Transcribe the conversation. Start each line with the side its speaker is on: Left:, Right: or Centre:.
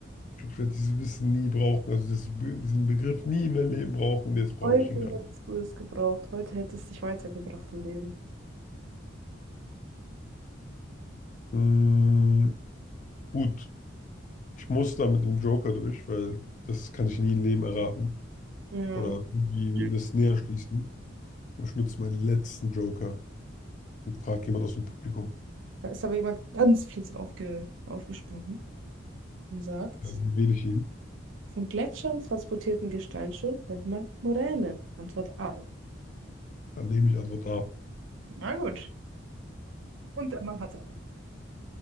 Left: ich glaube, ich werde dieses Wissen nie brauchen, also dieses, Be- diesen Begriff nie in meinem Leben brauchen und jetzt brauche
Right: Heute
Left: ich ihn gerade.
Right: hättest du es gebraucht. Heute hättest du dich weitergebracht im Leben.
Left: Hm, gut, ich muss da mit dem Joker durch, weil das kann ich nie im Leben erraten
Right: Ja.
Left: oder irgendwie
Right: Ja.
Left: das näher schließen. Und ich nutze meinen letzten Joker. und fragt jemand aus dem Publikum,
Right: Da ist aber jemand ganz fies aufge aufgesprungen und sagt,
Left: ja, wie wähle ich ihn?
Right: von Gletschern transportierten Gesteinsschutt nennt man Moräne. Antwort A.
Left: Dann nehme ich Antwort A.
Right: Na gut. Und der Mann hatte.